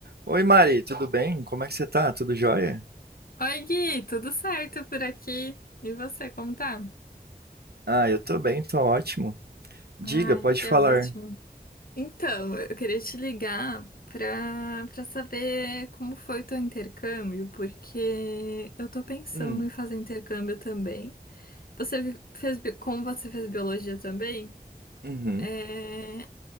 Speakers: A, on the right; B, on the left.
A: Oi, Mari, tudo bem? Como é que você tá? Tudo jóia?
B: Oi, Gui, tudo certo por aqui? E você, como tá?
A: Ah, eu tô bem, tô ótimo. Diga,
B: Ai,
A: pode
B: que
A: falar.
B: ótimo. Então, eu queria te ligar pra, pra saber como foi o teu intercâmbio, porque eu tô pensando
A: Hum,
B: em fazer intercâmbio também. Você vi- fez, bi- como você fez biologia também,
A: uhum,
B: é,